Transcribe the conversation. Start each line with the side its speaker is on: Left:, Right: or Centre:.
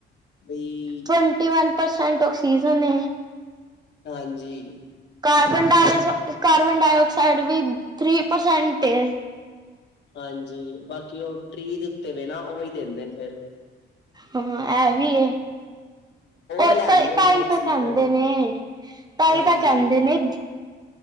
Left: ਬਈ
Right: ਟਵੰਟੀ ਵਨ ਪਰਸੈਂਟ ਆਕਸੀਜ਼ਨ ਹੈ।
Left: ਹਾਂਜੀ।
Right: ਕਾਰਬਨ ਡ ਕਾਰਬਨ ਡਾਇਆਕਸਾਈਡ ਵੀ ਥ੍ਰੀ ਪਰਸੈਂਟ ਏ।
Left: ਹਾਂਜੀ ਬਾਕੀ ਉਹ ਟ੍ਰੀ ਦੇ ਉੱਤੇ ਵੀ ਨਾ ਉਹੀ ਦਿੰਦੇ ਨੇ ਫਿਰ।
Right: ਹਾਂ ਇਹ ਵੀਏ। ਉਹ
Left: ਲੈਂਦੇ
Right: ਤਾਈ
Left: ਨੇ ਆਕਸੀਜਨ
Right: ਤਾਂ ਕਹਿੰਦੇ ਨੇ ਤਾਈ
Left: ਹਾਂਜੀ
Right: ਤਾਂ ਕਹਿੰਦੇ ਨੇ।